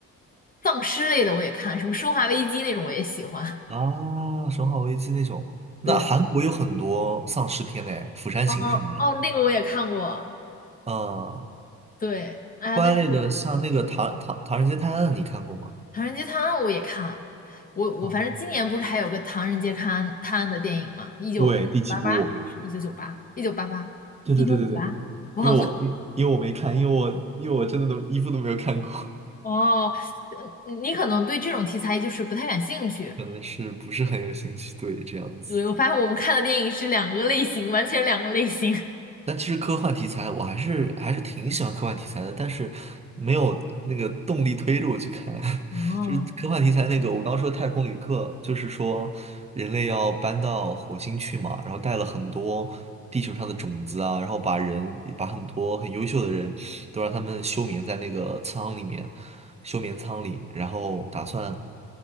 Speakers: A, on the left; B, on the right.
A: 丧尸类的我也看，什么《生化危机》那种我也喜欢。
B: 啊，《生化危机》那种。那韩国有很多丧尸片嘞，
A: 对，
B: 《釜山行》什么的。
A: 哦哦，那个我也看过。
B: 嗯，
A: 对，哎呀，
B: 破案类的，
A: 但是
B: 像那个唐唐《唐人街探案》，你看过吗？
A: 《唐人街探案》我也看。我我反正今年不是还有个《唐人街探案》探案的电影吗？
B: 啊，
A: 一九八八还是一九九八？
B: 对，第几部？
A: 一九八八？
B: 对对对对对，
A: 一九五八？忘了。
B: 因为我因为因为我没看，因为我因为我真的都一部都没有看过，
A: <laughs> 哦，呃你可能对这种题材就是不太感兴趣。
B: <laughs> 可能是不是很有兴趣，对，这样子。
A: 对，我发现我们看的电影是两个类型，完全两个类型。
B: 但其实科幻题材我还是还是挺喜欢科幻题材的，但是没有那个动力推着我去看。<laughs>
A: <laughs> 哦，
B: 就是科幻题材那个，我刚说太空旅客，就是说人类要搬到火星去嘛，然后带了很多地球上的种子啊，然后把人把很多很优秀的人都让他们休眠在那个舱里面，休眠舱里，然后打算